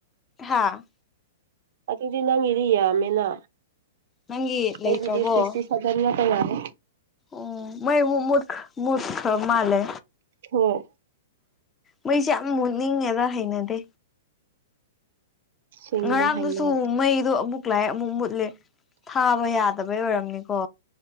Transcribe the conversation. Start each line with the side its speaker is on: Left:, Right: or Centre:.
Left: ꯍꯥꯥ
Right: ꯑꯗꯨꯗꯤ ꯅꯪꯒꯤꯗꯤ ꯌꯥꯝꯃꯦꯅ
Left: ꯅꯪꯒꯤ ꯂꯩꯇ꯭ꯔꯕꯣ
Right: ꯑꯩꯒꯤꯗꯤ ꯁꯤꯛꯁꯇꯤ ꯁꯚꯦꯟ ꯉꯥꯛꯇ ꯉꯥꯏꯑꯦ
Left: ꯎ ꯃ ꯃ ꯃꯔꯈ ꯃꯥꯂꯦ
Right: ꯍꯣꯏ
Left: ꯃꯣꯏꯁꯦ ꯌꯥꯝ ꯃꯨꯠꯅꯤꯡꯉꯦꯗ ꯍꯩꯅꯗꯦ
Right: ꯁꯦꯡꯕꯅꯦ
Left: ꯉꯔꯥꯡꯗꯨꯁꯨ
Right: ꯍꯩꯅꯗꯦ
Left: ꯃꯩꯗꯣ ꯑꯃꯨꯛ ꯂꯥꯏ ꯑꯃꯨꯛ ꯃꯨꯠꯂꯤꯦ ꯊꯥꯕ ꯌꯥꯗꯕꯩ ꯑꯣꯏꯔꯝꯅꯤꯀꯣ